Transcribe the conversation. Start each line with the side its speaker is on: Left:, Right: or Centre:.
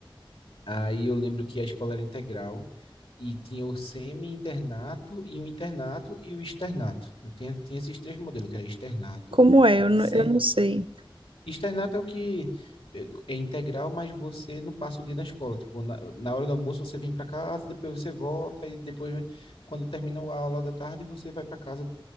Left: Aí eu lembro que a escola era integral e tinha o semi-internato e o internato e o externato. né? Tinha, tinha esses três modelos, que era externato.
Right: Como é? Eu não,
Left: se-
Right: eu não sei.
Left: Externato é o que eh, é integral, mas você não passa o dia na escola. Tipo, na, na hora do almoço você vem para casa, depois você volta e depois, quando terminou a aula da tarde, você vai para casa